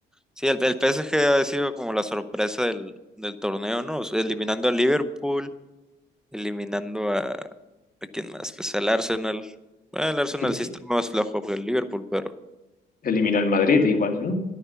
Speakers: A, in the centre; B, on the left (about 45°).
A: Sí, el, el PSG ha sido como la sorpresa del, del torneo, ¿no? O sea, eliminando a Liverpool, eliminando a... ¿A quién más? Pues al Arsenal. Bueno, el Arsenal
B: Que-
A: sí
B: que
A: está más flojo que el Liverpool, pero...
B: Eliminó al Madrid igual, ¿no?